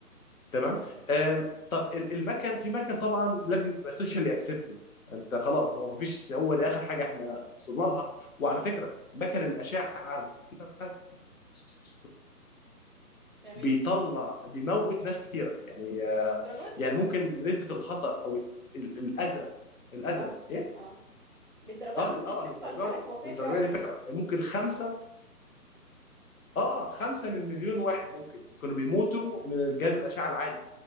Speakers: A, on the left; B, on the right.
A: تمام آم، طب ال- المكن في مكن طبعا لازم يبقى سوشيالي اكسبتد انت خلاص هو ما فيش هو ده اخر حاجه احنا وصلنا لها وعلى
B: امم
A: فكره مكن الاشعه ذات نفسه
B: تمام
A: بيطلع بيموت ناس كتيره يعني آه،
B: الدرجة دي
A: يعني ممكن نسبه الخطا او ال- الاذى الاذى
B: اه
A: ايه
B: اه للدرجة
A: اه
B: دي
A: لل-
B: ممكن
A: اه للدرجه
B: تحصل لحالات
A: دي
B: وفاة
A: للدرجه
B: فعلا
A: دي
B: يعني
A: فعلا يعني ممكن خمسه اه آه، خمسه من مليون واحد ممكن يكونوا بيموتوا من الجهاز الاشعه العادي